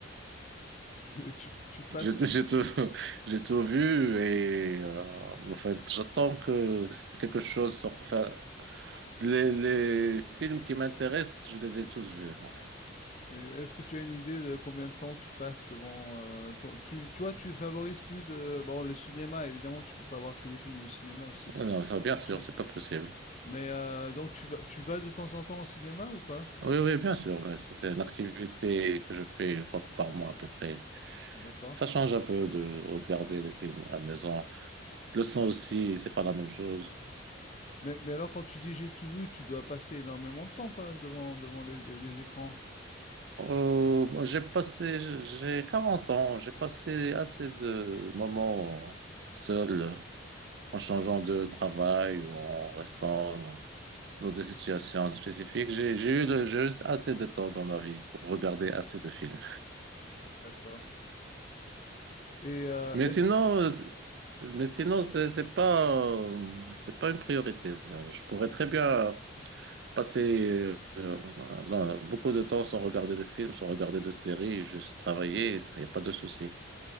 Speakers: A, on the left; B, on the right.
A: <laughs> Tu tu passes
B: J'ai tout,
A: com
B: j'ai tout, <laughs> j'ai tout vu et euh, en fait, j'attends que quelque chose sorte. Enfin, les, les films qui m'intéressent, je les ai tous vus en fait.
A: Et Est-ce que tu as une idée de combien de temps tu passes devant euh, ton... tu, toi, tu favorises plus euh, bon le cinéma, évidemment, tu peux pas voir tous les films au cinéma parce que ça
B: Ah Non,
A: coûte
B: ça, bien
A: un peu
B: sûr,
A: cher.
B: c'est pas possible.
A: Mais euh, donc tu vas tu vas de temps en temps au cinéma ou pas?
B: Oui, oui, bien sûr, mais c'est c'est une activité que je fais une fois par mois à peu près.
A: D'accord.
B: Ça change un peu de regarder les films à la maison. Le son aussi, c'est pas la même chose.
A: Mais, mais alors quand tu dis j'ai tout vu, tu dois passer énormément de temps quand même devant devant les, les écrans.
B: Euh, moi, j'ai passé, j'ai 40 ans, j'ai passé assez de moments seul en changeant de travail ou en restant dans des situations spécifiques. J'ai, j'ai eu le, j'ai eu assez de temps dans ma vie pour regarder assez de films.
A: D'accord. Et euh,
B: Mais
A: est-ce
B: sinon, euh, c'est- mais sinon, c'est, c'est pas, euh, c'est pas une priorité. ça. Je pourrais très bien passer euh, dans- beaucoup de temps sans regarder de films, sans regarder de séries, juste travailler, il n'y a pas de souci.